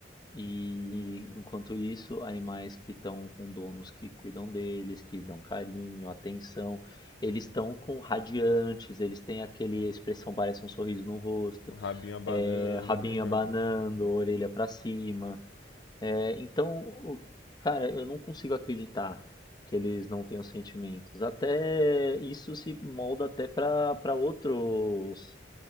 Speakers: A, on the left (about 25°); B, on the left (about 85°).
A: E enquanto isso, animais que estão com donos que cuidam deles, que dão carinho, atenção, eles estão com radiantes, eles têm aquele a expressão, parece um sorriso no rosto,
B: O rabinho abanando.
A: é, rabinho
B: <laughs>
A: abanando, orelha para cima. É, então, o- cara, eu não consigo acreditar que eles não tenham sentimentos. Até isso se molda até para para outros